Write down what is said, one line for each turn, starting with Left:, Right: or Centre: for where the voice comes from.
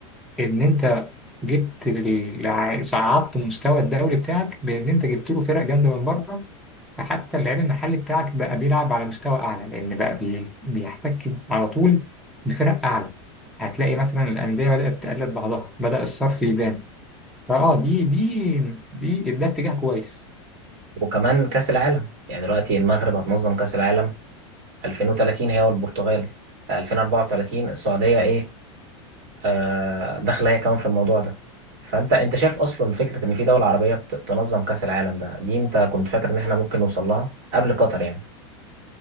Centre: إن أنت جبت ال- الع- صعدت مستوى الدوري بتاعك بإن أنت جبت له فرق جامدة من بره فحتى اللعيب المحلي بتاعك بقى بيلعب على مستوى أعلى لأن بقى بي- بيحتك على طول بفرق أعلى هتلاقي مثلا الأندية بدأت تقلد بعضها بدأ الصرف يبان فأه دي دي دي ده اتجاه كويس
Right: وكمان كاس العالم يعني دلوقتي المغرب هتنظم كاس العالم 2030 هي والبرتغال 2034 السعوديه ايه آه داخله هي كمان في الموضوع ده فانت انت شايف اصلا فكره ان في دوله عربيه بت- تنظم كاس العالم ده دي انت كنت فاكر ان احنا ممكن نوصل لها قبل قطر يعني